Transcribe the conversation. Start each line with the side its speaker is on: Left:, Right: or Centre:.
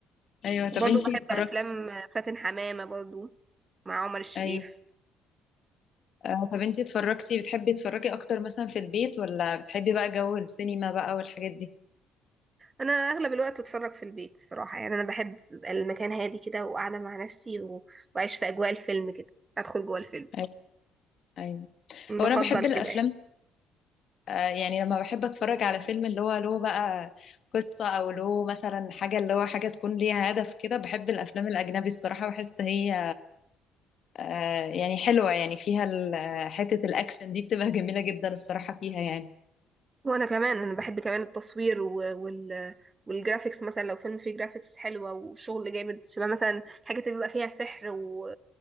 Left: ايوه طب
Right: وبرضو
Left: انتي
Right: بحب
Left: اتفرجتي
Right: افلام فاتن حمامه برضو مع عمر الشريف
Left: ايوه آه، طب انتي اتفرجتي بتحبي تتفرجي اكتر مثلا في البيت ولا بتحبي بقى جو السينما بقى والحاجات دي
Right: انا اغلب الوقت بتفرج في البيت الصراحه يعني انا بحب يبقى المكان هادي كده وقاعده مع نفسي و... واعيش في اجواء الفيلم كده ادخل جوه الفيلم
Left: ايوه ايوه
Right: بفضل
Left: هو انا بحب الافلام
Right: كده يعني
Left: آه، يعني لما بحب اتفرج على فيلم اللي هو له بقى قصة او له مثلا حاجة اللي هو حاجة تكون ليها هدف كده بحب الافلام الاجنبي الصراحة بحس هي آه، يعني حلوة يعني فيها ال- آه، حتة الاكشن دي بتبقى <laughs> جميلة جدا الصراحة فيها يعني
Right: وانا كمان انا بحب كمان التصوير و- وال والجرافيكس مثلا لو فيلم فيه جرافيكس حلوه وشغل جامد شبه مثلا حاجه تبقى فيها سحر و...